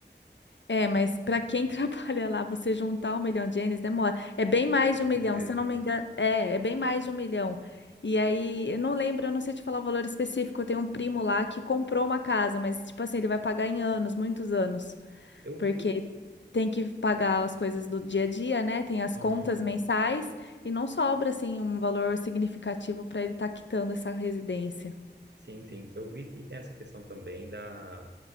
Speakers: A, on the left; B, on the right.
A: É, mas para quem <laughs> trabalha lá, você juntar um milhão de ienes demora. É bem mais de
B: Com
A: um milhão,
B: certeza.
A: se eu não me engano. É, é bem mais de um milhão. E aí, eu não lembro, eu não sei te falar o valor específico. Eu tenho um primo lá que comprou uma casa, mas, tipo assim, ele vai pagar em anos, muitos anos.
B: Eu
A: Porque
B: vi,
A: tem que pagar as coisas do dia a dia, né? Tem as
B: uhum,
A: contas mensais e não sobra, assim, um valor significativo para ele estar quitando essa residência.
B: sim, sim, eu vi que tem essa questão também da